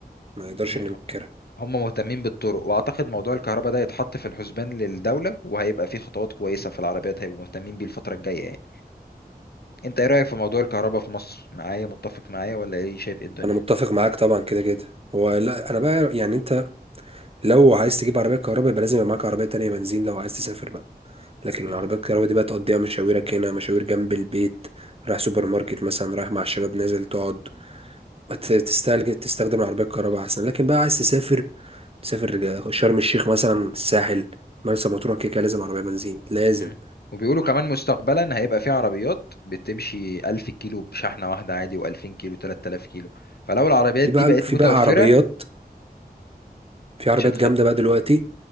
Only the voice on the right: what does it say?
ما يقدرش
ننكرها
انا متفق معاك طبعا كده كده هو لا انا بقى يعني انت لو عايز تجيب عربية كهرباء يبقى لازم يبقى معاك عربية تانية بنزين لو عايز تسافر بقى لكن
العربيات الكهرباء دي بقى تقضيها مشاويرك هنا مشاوير جنب البيت رايح سوبر ماركت مثلا رايح مع الشباب نازل تقعد بت- تستهلك تستخدم العربية الكهرباء أحسن لكن بقى عايز تسافر تسافر شرم الشيخ مثلا الساحل مرسى مطروح كده كده لازم عربية بنزين لازم
في
بقى
في
بقى عربيات في عربيات
جامدة بقى دلوقتي